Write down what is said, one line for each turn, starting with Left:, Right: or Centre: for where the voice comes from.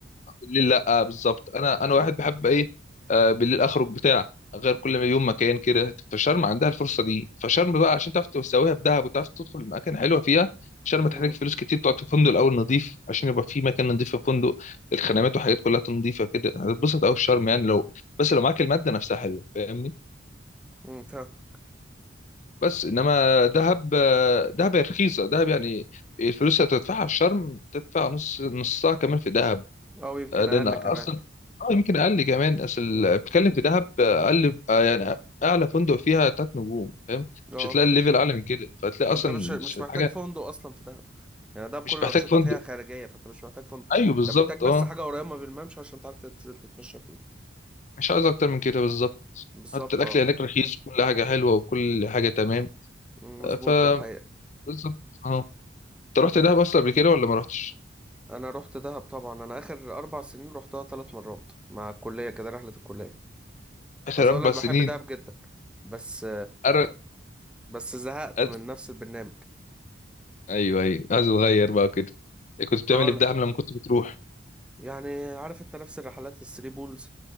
Left: بالليل لا آه بالظبط انا انا واحد بحب ايه آه بالليل اخرج بتاع غير كل ما يوم مكان كده فشرم عندها الفرصه دي فشرم بقى عشان تعرف تسويها بدهب وتعرف تدخل المكان حلوه فيها شرم
Centre: امم
Left: تحتاج فلوس كتير تقعد في فندق الاول نظيف عشان يبقى في مكان نظيف في الفندق الخدمات وحاجات كلها نظيفه كده هتتبسط قوي في شرم يعني لو بس لو معاك الماده نفسها حلوه فاهمني
Centre: امم فاهمك
Left: بس انما دهب آه، دهب هي رخيصه دهب يعني الفلوس اللي هتدفعها في شرم تدفع نص نصها كمان في دهب
Centre: أو يمكن
Left: آه، لان
Centre: أقل
Left: اصلا
Centre: كمان
Left: اه يمكن اقل كمان اصل ال-
Centre: امم
Left: بتتكلم في دهب آه، اقل آه، يعني اعلى فندق فيها تلات نجوم فاهم
Centre: اه
Left: مش هتلاقي الليفل اعلى من كده فهتلاقي
Centre: وانت
Left: اصلا
Centre: مش مش
Left: مش
Centre: محتاج
Left: حاجه
Centre: فندق أصلا في دهب يعني دهب كل
Left: مش
Centre: الأنشطة
Left: محتاج فندق
Centre: فيها خارجية فانت مش محتاج فندق
Left: ايوه بالظبط
Centre: انت محتاج بس
Left: اه
Centre: حاجة قريبة من الممشى عشان تعرف تنزل تتمشى فيه
Left: مش عايز اكتر من كده بالظبط
Centre: بالظبط
Left: حتى الاكل
Centre: اه
Left: هناك رخيص وكل حاجه حلوه وكل حاجه تمام
Centre: أمم، مظبوط
Left: آه، ف
Centre: ده حقيقة
Left: بالظبط اه انت رحت دهب اصلا قبل كده ولا ما رحتش
Centre: انا رحت دهب طبعا انا اخر اربع سنين رحتها ثلاث مرات مع الكليه كده رحله الكليه
Left: اخر
Centre: عايز
Left: اربع
Centre: اقول لك بحب
Left: سنين
Centre: دهب جدا بس
Left: أر...
Centre: بس زهقت
Left: أز...
Centre: من نفس البرنامج
Left: ايوه ايوه عايز اتغير بقى كده كنت بتعمل
Centre: فلا
Left: ايه في دهب لما كنت بتروح
Centre: يعني عارف انت نفس الرحلات الثري بولز